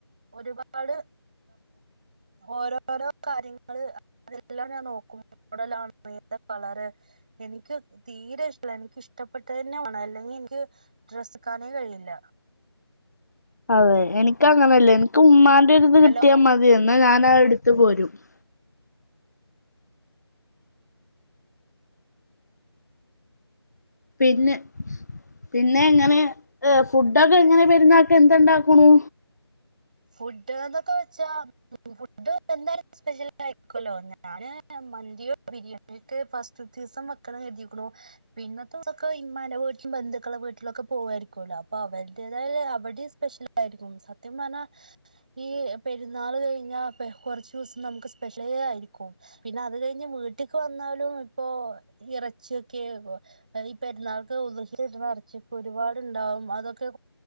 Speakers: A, on the right (about 20°); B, on the left (about 40°).
A: ഒരുപാട് ഓരോരോ കാര്യങ്ങള് അതെല്ലാം ഞാൻ നോക്കും ഏതാ കളറ് എനിക്ക് തീരെ ഇഷ്ടല്ല എനിക്ക് ഇഷ്ടപ്പെട്ട തന്നെ വേണം അല്ലെങ്കിൽ എനിക്ക് ഡ്രസ് ഇട്ക്കാനേ കഴിയില്ല
B: അതെ എനിക്ക അങ്ങനെയല്ലേ എനിക്ക് ഉമ്മാ
A: ഹലോ
B: കിട്ടിയാൽ മതിയന്ന് ഞാൻ <unintelligible> എടുത്ത് പോരും <unintelligible> പിന്നെ പിന്നെ എങ്ങനെ ഏ ഫുഡൊക്കെ എങ്ങനെ പെരുന്നാക്ക് എന്ത്ണ്ടാക്കുണു
A: ഫുഡ് എന്നൊക്കെ വെച്ചാ ഫുഡ് എന്തായാലും സ്പെഷ്യൽ ആയിരിക്കുമല്ലോ ഞാന് മന്തിയോ ബിരിയാണി ഒക്കെ ഫസ്റ്റ്ത്തീസം വെക്കണം കരുതീകുണ്‌ പിന്നത്തെ ദിവസൊക്കെ ഇമാടെ വീട്ടിലും ബന്ധുക്കളെ വീട്ടിലൊക്കെ പോവായിരിക്കുമല്ലോ അപ്പൊ അവരുേതായ അവിടെയും സ്പെഷ്യൽ ആയിരിക്കും സത്യം പറഞ്ഞാൽ ഈ പെരുന്നാൾ കഴിഞ്ഞാ കുറചൂസം ദിവസം നമുക്ക് സ്പെഷ്യലേ ആയിരിക്കും പിന്നെ അത് കഴിഞ്ഞ് വീട്ടിക്ക് വന്നാലും ഇപ്പോ ഇറച്ചിയൊക്കെ ഈ പെരുന്നാൾക്ക് ഉദ്ഹിയ കിട്ട്ണ ഇറച്ചിയൊക്കെ ഒരുപാടുണ്ടാവും അതൊക്കെ